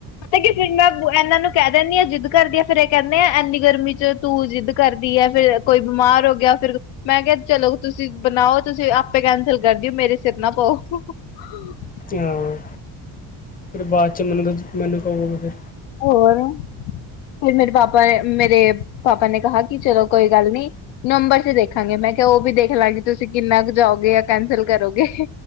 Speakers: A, on the left (about 80°); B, on the left (about 20°).
A: ਫਿਰ ਮੈਂ ਇਹਨਾਂ ਨੂੰ ਕਹਿ ਦਿੰਦੀ ਹਾਂ ਜ਼ਿੱਦ ਕਰਦੀ ਆ ਫਿਰ ਇਹ ਕਹਿੰਦੇ ਆ ਇੰਨੀ ਗਰਮੀ 'ਚ ਤੂੰ ਜਿੱਦ ਕਰਦੀ ਹੈ ਫਿਰ। ਕੋਈ ਬਿਮਾਰ ਹੋ ਗਿਆ ਫਿਰ। ਮੈਂ ਕਿਹਾ ਚਲੋ ਤੁਸੀਂ, ਬਣਾਓ ਤੁਸੀਂ, ਆਪੇ ਕੈਂਸਲ ਕਰ ਦਿਓ ਮੇਰੇ ਸਿਰ ਨਾ ਪਾਓ। ਹ, <unintelligible>
B: ਹਾਂ, ਫਿਰ ਬਾਅਦ 'ਚ ਮੈਨੂੰ ਤਾਂ ਮੈਨੂੰ ਕਹੋਗੇ ਫਿਰ।
A: ਹੋਰ ਫਿਰ ਮੇਰੇ ਪਾਪਾ, ਮੇਰੇ ਪਾਪਾ ਨੇ ਕਿਹਾ ਕਿ ਚਲੋ ਕੋਈ ਗੱਲ ਨਹੀਂ। ਨਵੰਬਰ ਚ ਦੇਖਾਂਗੇ, ਮੈਂ ਕਿਹਾ ਉਹ ਵੀ ਦੇਖ ਲਾਂਗੇ, ਤੁਸੀਂ ਕਿੰਨਾ ਕੁ ਜਾਓਗੇ ਜਾਂ ਕੈਂਸਲ ਕਰੋਗੇ।